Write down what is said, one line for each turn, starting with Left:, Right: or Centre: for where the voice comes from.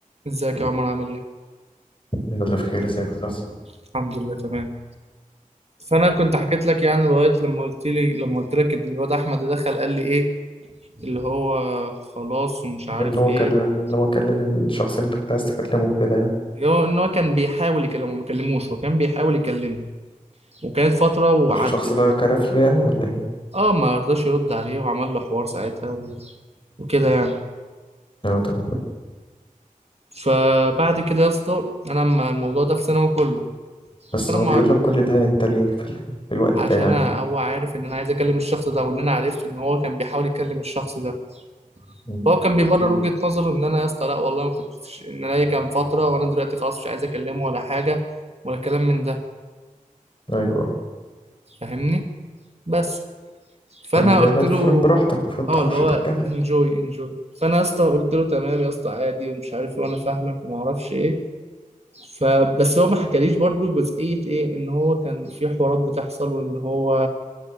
Right: ازيك يا عمر عامل ايه؟
Left: الحمد لله بخير ازيك يا أستاذ؟
Right: الحمد لله تمام فانا كنت حكيت لك يعني لغايه لما قلت لي لما قلت لك ان الواد احمد ده دخل قال لي ايه اللي هو خلاص ومش عارف
Left: اللي هو
Right: ايه
Left: كلم اللي هو كلم الشخص اللي انت كنت عايز تكلمه كده يعني
Right: اللي هو ان هو كان بيحاول يكلمه ما كلموش هو كان بيحاول يكلمه وكانت فتره وعدت
Left: الشخص ده كرف له يعني ولا ايه؟
Right: اه ما رضاش يرد عليه وعمل له حوار ساعتها و... وكده يعني
Left: اه تمام
Right: فبعد كده يا اسطى انا لما الموضوع ده في ثانوي كله
Left: بس
Right: فانا
Left: هو
Right: ما
Left: بيقول لك كل ده انت ليه في, ال... في الوقت
Right: عشان
Left: ده يعني
Right: أنا- هو عارف ان انا عايز اكلم الشخص ده وان انا عرفت ان هو كان بيحاول يكلم الشخص ده
Left: م-
Right: فهو كان بيبرر
Left: م.
Right: وجهة نظره ان انا يا اسطى لا والله ما كنتش ان انا هي كان فترة وانا دلوقتي خلاص مش عايز اكلمه ولا حاجة ولا كلام من ده
Left: ايوه
Right: فاهمني بس فانا
Left: فانت كده
Right: قلت
Left: دلوقتي
Right: له
Left: المفروض براحتك المفروض تخش
Right: اه اللي هو
Left: تتكلم
Right: انجوي انجوي فانا يا اسطى قلت له تمام يا اسطى عادي ومش عارف ايه وانا فاهمك وما اعرفش ايه فبس هو ما حكاليش برضو جزئية ايه ان هو كان في حوارات بتحصل وان هو